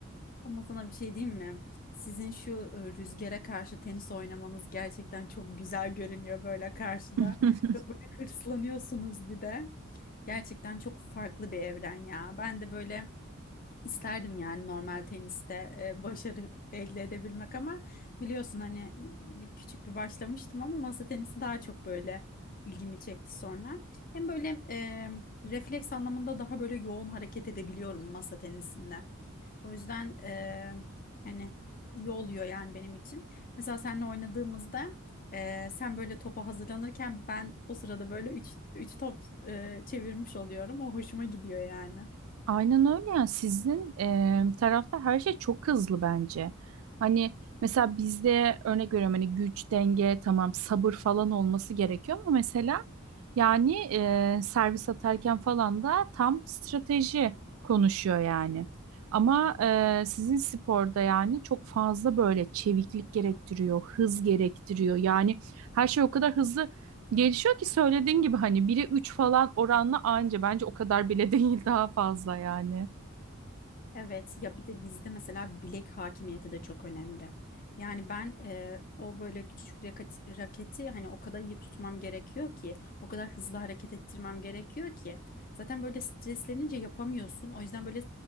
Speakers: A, on the left (about 45°); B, on the right (about 75°).
A: Ama sana bir şey diyeyim mi? Sizin şu e, rüzgara karşı tenis oynamanız gerçekten çok güzel görünüyor böyle karşıda.
B: <laughs>
A: Çok böyle hırslanıyorsunuz bir de. Gerçekten çok farklı bir evren ya. Ben de böyle İsterdim yani normal teniste e, başarı elde edebilmek ama biliyorsun hani bir küçük bir başlamıştım ama masa tenisi daha çok böyle ilgimi çekti sonra. Hem böyle e, refleks anlamında daha böyle yoğun hareket edebiliyorum masa tenisinde. O yüzden e, hani iyi oluyor yani benim için. Mesela seninle oynadığımızda e, sen böyle topa hazırlanırken ben o sırada böyle 3 3 top e, çevirmiş oluyorum. O hoşuma gidiyor yani.
B: Aynen öyle ya. Sizin e, tarafta her şey çok hızlı bence. Hani mesela bizde örnek veriyorum hani güç, denge, tamam sabır falan olması gerekiyor ama mesela yani e, servis atarken falan da tam strateji konuşuyor yani. Ama e, sizin sporda yani çok fazla böyle çeviklik gerektiriyor, hız gerektiriyor. Yani her şey o kadar hızlı Gelişiyor ki söylediğin gibi hani 1'e 3 falan oranla anca bence o kadar bile <laughs> değil daha fazla yani.
A: Evet ya bir de bizde mesela bilek hakimiyeti de çok önemli. Yani ben e, o böyle küçük raket, raketi hani o kadar iyi tutmam gerekiyor ki o kadar hızlı hareket ettirmem gerekiyor ki zaten böyle streslenince yapamıyorsun. O yüzden böyle